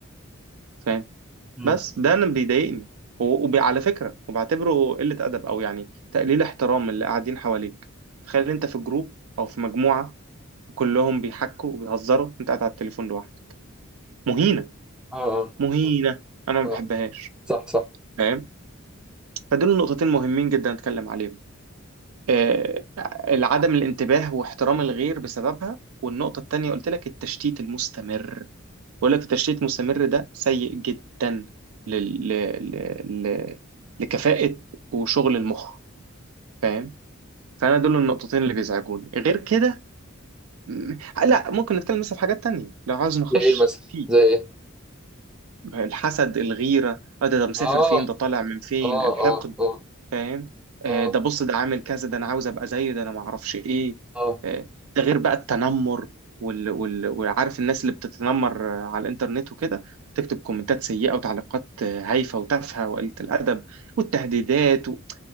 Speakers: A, on the right; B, in the centre.
A: فاهم
B: امم
A: بس ده انا بيضايقني وعلى فكره وبعتبره قله ادب او يعني تقليل احترام اللي قاعدين حواليك تخيل انت في جروب او في مجموعه كلهم بيحكوا وبيهزروا انت قاعد على التليفون لوحدك مهينه
B: اه
A: مهينه
B: اه
A: انا ما
B: اه
A: بحبهاش
B: صح صح
A: فاهم فدول نقطتين مهمين جدا اتكلم عليهم آه، العدم الانتباه واحترام الغير بسببها والنقطه التانيه قلت لك التشتيت المستمر بقول لك التشتيت المستمر ده سيء جدا لل... ل... ل... ل... لكفاءة وشغل المخ فاهم فأنا دول النقطتين اللي بيزعجوني غير كده م- لا ممكن نتكلم مثلا في حاجات تانية لو عاوز نخش
B: زي ايه مثلا
A: في
B: زي ايه
A: الحسد الغيرة آه ده ده مسافر
B: اه
A: فين ده طالع من فين
B: اه
A: الحقد
B: اه اه
A: فاهم آه،
B: اه
A: ده بص ده عامل كذا ده انا عاوز ابقى زيه ده انا ما اعرفش ايه
B: اه
A: آه، ده غير بقى التنمر وال... وال... وعارف الناس اللي بتتنمر آه، على الانترنت وكده تكتب كومنتات سيئة وتعليقات آه، هايفة وتافهة وقلة الأدب والتهديدات و...